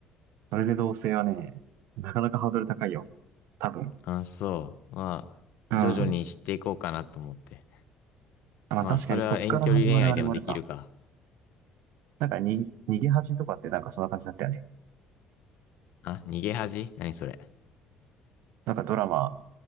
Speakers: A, on the right (about 75°); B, on the left (about 70°).
A: それで同棲はね、なかなかハードル高いよ。多分。
B: あ、そう。まあ、
A: うん。
B: 徐々に知っていこうかなと思って。
A: まあ確かにそっから始まるあれもあるか。
B: まあ、それは遠距離恋愛でもできるか。
A: なんかに、逃げ恥とかってなんかそんな感じだったよね。
B: あ、逃げ恥何それ。
A: なんかドラマ、